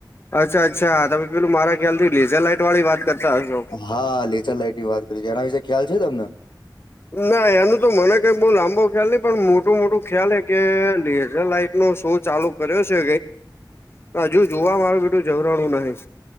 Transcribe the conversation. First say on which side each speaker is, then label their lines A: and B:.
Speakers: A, on the left (about 30°); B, on the left (about 75°).
A: અચ્છા અચ્છા તમે પેલું મારા ખ્યાલથી લેઝર લાઈટ વાળી વાત કરતા હશો.
B: હા લેચર લાઈટની વાત કરી છે, એના વિશે ખ્યાલ છે, તમને?
A: ના એનું તો મને કઈ બો લાંબો ખ્યાલ ની પણ મોટું મોટું ખ્યાલ હે કે લેઝર લાઈટ નો શો ચાલુ કર્યો છે, કય હજુ જોવા મારું બધુ જવરણું નહી